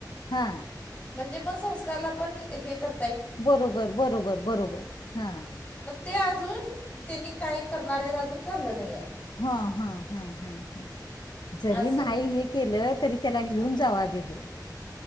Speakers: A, on the left; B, on the left.
A: हा
B: म्हणजे, मग संस्कारला पण हे कर
A: बरोबर, बरोबर, बरोबर हा!
B: मग ते अजून, त्यांनी काही करणार आहेत. अजून ठरलं नाहीये.
A: हा, हा, हा, ह जरी
B: असं
A: नाही हे केलं तरी त्याला घेऊन
B: हं.
A: जावा दिदू.